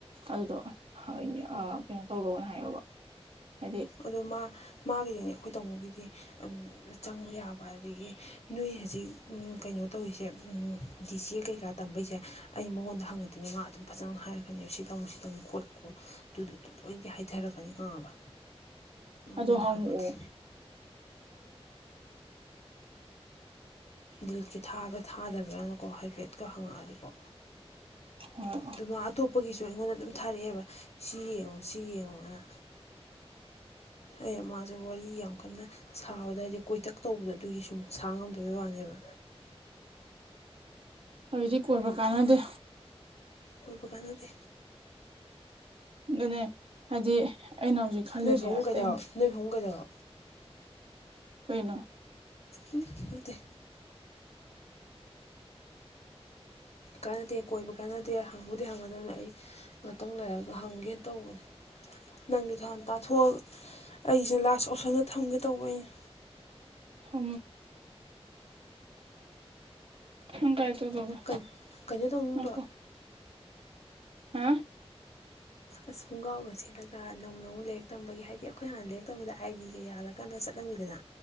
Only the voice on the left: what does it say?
ꯑꯗꯣ ꯃꯥ ꯃꯥꯒꯤꯗꯤꯅꯦ ꯑꯩꯈꯣꯏ ꯇꯥꯃꯣꯒꯤ ꯆꯪꯕ ꯌꯥꯕ ꯑꯗꯒꯤ ꯅꯣꯏ ꯍꯧꯖꯤꯛ ꯀꯩꯅꯣ ꯇꯧꯔꯤꯁꯦ ꯗꯤ ꯁꯤ ꯑꯦ ꯀꯩꯀꯥ ꯇꯝꯕꯩꯁꯦ ꯑꯩ ꯃꯉꯣꯟꯗ ꯍꯪꯉꯗꯣꯏꯅꯦ ꯃꯥ ꯑꯗꯨꯝ ꯐꯖꯅ ꯍꯥꯏꯔꯛꯀꯅꯦꯕ ꯁꯤ ꯇꯝꯨ ꯁꯤ ꯇꯝꯨꯣꯠꯂꯣꯠꯂꯨ ꯑꯗꯨꯗꯨ ꯂꯣꯏꯅꯗꯤ ꯍꯥꯏꯊꯔꯛꯀꯅꯤ ꯈꯪꯉꯕ ꯃꯉꯣꯟꯗ
ꯍꯪꯉꯗꯤ ꯜꯀꯤ ꯊꯥꯕ꯭ꯔꯥ ꯊꯥꯗꯕ꯭ꯔꯅꯀꯣ ꯍꯥꯏꯐꯦꯠꯀ ꯍꯪꯉꯛꯑꯗꯤꯀꯣ
ꯑꯗꯨꯃ ꯑꯇꯣꯞꯄꯒꯤꯁꯨ ꯑꯩꯉꯣꯟꯗ ꯑꯗꯨꯝ ꯊꯥꯔꯛꯑꯦꯕ ꯁꯤ ꯌꯦꯡꯉꯣ ꯁꯤ ꯌꯦꯡꯉꯨꯅ ꯑꯦ ꯃꯥꯁꯨ ꯋꯥꯔꯤ ꯌꯥꯝ ꯀꯟꯅ ꯁꯥꯕꯗ ꯍꯥꯏꯗꯤ ꯀꯣꯏꯇꯛ ꯇꯧꯕꯗ ꯑꯗꯨꯒꯤ ꯁꯨꯝ ꯁꯥꯥꯡ ꯉꯝꯗꯕꯩ ꯋꯥꯅꯦꯕ
ꯑꯩꯈꯣꯏꯕ ꯀꯅꯗꯤ
ꯅꯣꯏ ꯐꯃꯨꯡ
ꯀꯩꯗꯧ ꯅꯣꯏ ꯐꯃꯨꯡ ꯀꯩꯗꯧ
ꯎꯝ ꯅꯠꯇꯦ ꯀꯥꯟꯅꯗꯦ ꯀꯣꯏꯕ ꯀꯥꯟꯅꯗꯦ ꯍꯪꯕꯨꯗꯤ ꯍꯪꯒꯗꯕꯅꯤ ꯑꯩ ꯉꯥꯛꯇꯪ ꯂꯩꯔꯒ ꯍꯪꯒꯦꯅ ꯇꯧꯕꯅꯦ ꯅꯪꯒꯤ ꯊꯥꯟ ꯇꯥꯊꯣꯛꯑ ꯑꯩꯁꯦ ꯂꯥꯁ ꯑꯣꯞꯁꯟꯗ ꯊꯝꯒꯦ ꯇꯧꯕ ꯑꯩꯅ
ꯀꯩꯅꯣ ꯀꯩꯅꯣ ꯇꯧꯅꯤꯡꯗ꯭ꯔꯣ
ꯑꯁꯨꯝꯒꯥꯎꯒ ꯁꯦꯠꯂꯒ ꯅꯧ ꯅꯧ ꯂꯥꯏꯔꯤꯛ ꯇꯝꯕꯒꯤ ꯍꯥꯏꯗꯤ ꯑꯩꯈꯣꯏ ꯍꯥꯟꯅ ꯂꯥꯏꯔꯤꯛ ꯇꯝꯕꯗ ꯑꯥꯏ ꯗꯤꯒ ꯌꯥꯜꯂꯀꯥꯟꯗ ꯆꯠꯂꯝꯃꯤꯗꯅ